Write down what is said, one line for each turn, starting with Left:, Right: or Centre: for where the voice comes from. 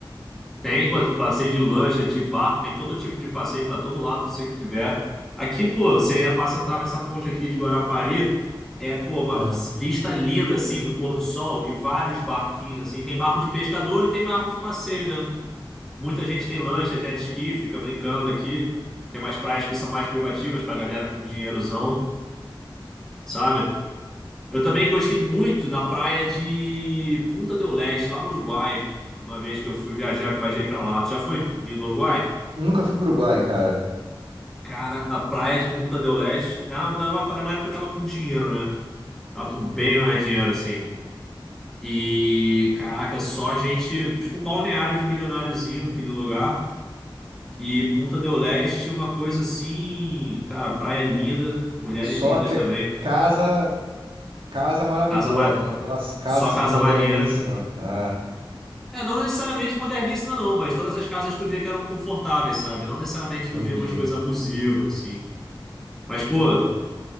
Centre: Tem, pô, passeio de lancha, de barco, tem todo tipo de passeio para todo lado que você tiver. Aqui, pô, você passa, atravessa essa ponte aqui de Guarapari, é, pô, uma
Right: Ah.
Centre: vista linda, assim, do pôr do sol e vários barquinhos, assim. Tem barco de pescador e tem barco de passeio, né? Muita gente tem lancha, jet ski, fica brincando aqui. Tem umas praias que são mais privativas pra galera com dinheirozão, sabe? Eu também gostei muito da praia de Punta del Este, lá no Uruguai. Uma vez que eu fui viajar, viajei pra lá. Tu já foi no Uruguai?
Right: Nunca fui pro Uruguai, cara.
Centre: Cara, a praia de Punta del Este é uma, é uma praia, uma época que eu tava com dinheiro, né? Tava com bem mais dinheiro, assim. E, caraca, só gente, tipo um balneário de milionáriozinho, aquele lugar. E Punta del Este, uma coisa assim, cara, praia linda, mulheres
Right: Só
Centre: lindas
Right: que
Centre: também.
Right: casa Casa maravilhosa,
Centre: Casa ma...
Right: né? Aquelas casas
Centre: Só casa
Right: moderníssimas.
Centre: maneira.
Right: Ah,
Centre: É, não necessariamente modernista, não, mas todas as casas tu via que eram confortáveis, sabe? Não necessariamente
Right: entendi.
Centre: tu via umas coisas abusivas, assim. Mas, pô,